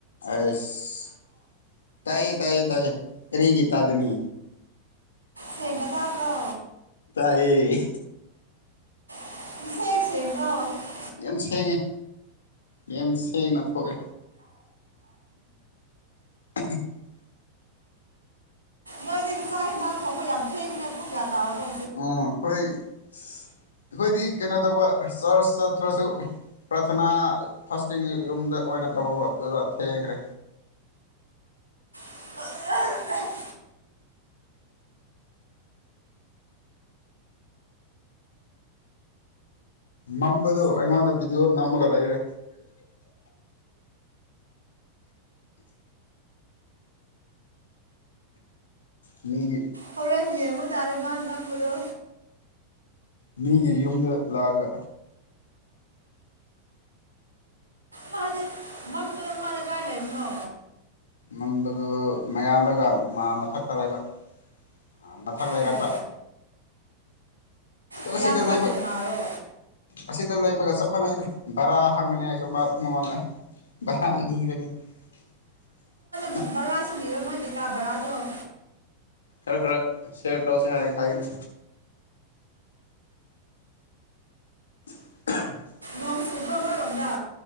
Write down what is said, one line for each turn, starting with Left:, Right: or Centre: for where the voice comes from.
Left: ꯑꯁ ꯇꯥꯏꯌꯦ ꯇꯥꯏꯌꯦ ꯇꯥꯏꯌꯦ ꯀꯔꯤꯒꯤ ꯇꯥꯗꯅꯤ
Right: ꯁꯦꯡꯅ ꯇꯕ꯭ꯔꯣ
Left: ꯇꯥꯏꯌꯦ
Right: <unintelligible> <unintelligible>
Left: ꯌꯥꯝ ꯁꯦꯡꯉꯦ ꯌꯥꯝ ꯁꯦꯡꯅ ꯊꯣꯛꯑꯦ <unintelligible>
Right: ꯅꯣꯏꯗꯤ ꯆꯥꯥꯛ ꯍꯟꯖꯥꯡ ꯊꯣꯡꯕ ꯌꯥꯝ ꯊꯦꯡꯉꯤꯅꯦ ꯄꯨꯡ ꯀꯌꯥ ꯇꯥꯔꯕꯅꯣ
Left: ꯑꯣ ꯑꯩꯈꯣꯏ ꯑꯩꯈꯣꯏꯗꯤ ꯀꯩꯅꯣ ꯇꯧꯕ ꯆꯔꯥ ꯆꯥ ꯇ꯭ꯔꯁꯨ ꯄ꯭ꯔꯊꯅꯥ ꯐꯥꯁꯇꯤꯡ ꯌꯨꯝꯗ ꯑꯣꯏꯅ ꯇꯧꯕ ꯑꯗꯨꯕꯀꯣ ꯑꯗꯨꯗ ꯊꯦꯡꯈ꯭ꯔꯦ
Right: <unintelligible>
Left: ꯃꯝꯕꯗꯣ ꯑꯩꯉꯣꯟꯗ ꯚꯤꯗꯤꯑꯣ ꯅꯝꯃꯒ ꯂꯩꯔꯦ ꯃꯤꯒꯤ
Right: ꯍꯣꯔꯦꯟ ꯌꯦꯡꯉꯨ ꯇꯥꯔꯦ ꯃꯥ ꯅꯝꯕꯗꯣ
Left: ꯃꯤꯒꯤ ꯌꯨꯝꯗ ꯂꯥꯛꯑꯒ
Right: ꯃꯥꯗꯤ ꯃꯝꯕꯗꯪ ꯃꯥꯗꯝ ꯀꯗꯥꯏ ꯂꯩꯕꯅꯣ
Left: ꯃꯝꯕꯗꯨ ꯃꯥ ꯃꯌꯥꯝꯕꯒ ꯃꯥ ꯃꯊꯛꯇ ꯂꯩꯕ ꯑ ꯃꯊꯛ ꯂꯩꯔꯛꯄ
Right: ꯑꯣ ꯃꯌꯥꯝꯕ
Left: ꯑꯁꯤꯗ
Right: ꯍꯥꯏꯕꯗꯤ
Left: ꯂꯩꯕ
Right: ꯀꯅꯥꯔꯣ
Left: ꯑꯁꯤꯗ ꯂꯩ ꯆꯞ ꯃꯥꯟꯅꯩꯗ ꯚꯔꯥ ꯍꯪꯉꯅꯤ ꯑꯩꯁꯨ ꯃꯉꯣꯟꯗ ꯕꯗꯟ ꯅꯤꯔꯅꯤ <unintelligible>
Right: ꯕꯔꯥ <unintelligible> ꯀꯥ ꯕꯔꯥꯗꯣ
Left: ꯈꯔ ꯈꯔ ꯁꯤꯌ꯭ꯔ ꯇꯧꯁꯦ ꯍꯥꯏ ꯍꯥꯏꯒꯅꯤ <inaudible>
Right: ꯅꯣꯡ ꯆꯨꯗꯔꯣ ꯅꯣꯏꯔꯣꯝꯗ